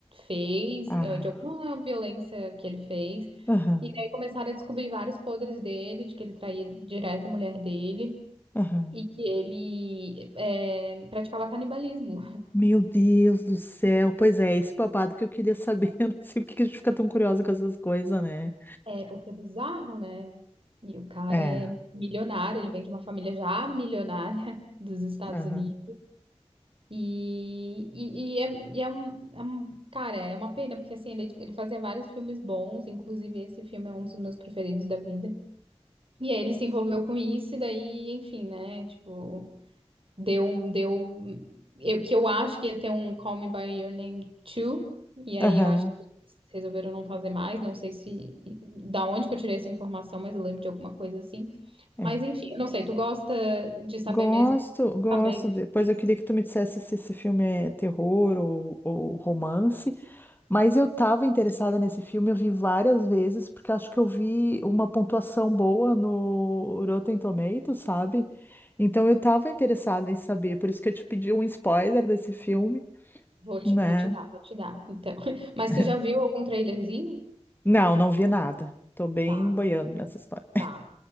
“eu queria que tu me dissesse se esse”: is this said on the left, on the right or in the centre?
Left